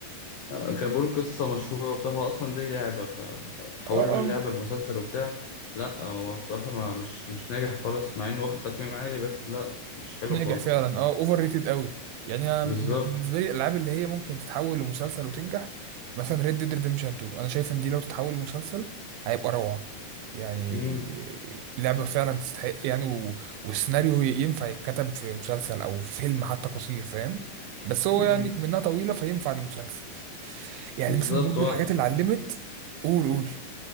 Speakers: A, on the left; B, on the right.
A: آه، كانوا بيقولوا قصة مشهورة وبتاع هو أصلا دي لعبة فحولوا
B: اه
A: اللعبة
B: اه
A: لمسلسل وبتاع لا هو الصراحة ما مش مش ناجح خالص مع إنه واخد تقييم عالي بس لا مش حلو
B: ناجح
A: خالص
B: فعلا
A: يعني
B: اه اوفر ريتد قوي يعني انا ب-
A: بالظبط
B: بالنسبه لي الالعاب اللي هي ممكن تتحول لمسلسل وتنجح مثلا ريد ديد ريدمشن 2 انا شايف ان دي لو تتحول لمسلسل هيبقى روعه يعني
A: مم.
B: لعبه فعلا تستحق يعني و... والسيناريو ينفع يتكتب في مسلسل او في فيلم حتى قصير فاهم بس هو
A: مم.
B: يعني منها طويله فينفع للمسلسل يعني
A: بالظبط
B: مثلا برضه
A: هو
B: الحاجات اللي علمت قول قول